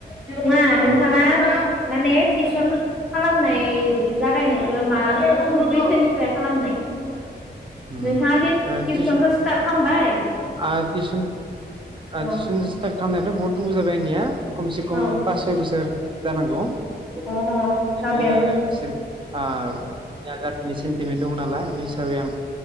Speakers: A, in the centre; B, on the right (about 25°).
A: नङा नोंथाङा
B: ओ
A: माने टिउसन खालामनाय जागायनायखौ मा सम बैसोनिफ्राय खालामनाय
B: उम
A: नोंथाङा जे
B: ओ
A: टिउसनखौ
B: टिउसन
A: स्टार्ट खामबाय
B: आ टिउसन ओ
A: अ
B: टिसन स्टार्ट खामनायाथ बहुत गोबाव जाब <inaudible> खमसे खम
A: अ
B: पास सय बोसोर जानांगौ
A: अ
B: बिदिनो
A: जाबायानो माथो
B: बिसोर <inaudible> ओरैनो दं नालाय बे हिसाबै आं